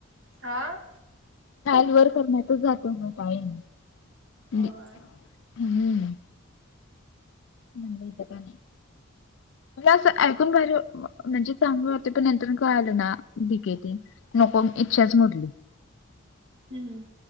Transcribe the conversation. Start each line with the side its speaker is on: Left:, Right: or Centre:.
Right: आं.
Left: खाल -वर करण्यातच जातो ना टाईम.
Right: होय
Left: <unintelligible> हम्म. मनलं, येतं का नाही? मंजे असं ऐकून भारी घ म्हणजे चांगलं होते, पण नंतर कळालं ना, बिके ते नको. इच्छाच मोडली.
Right: हम्.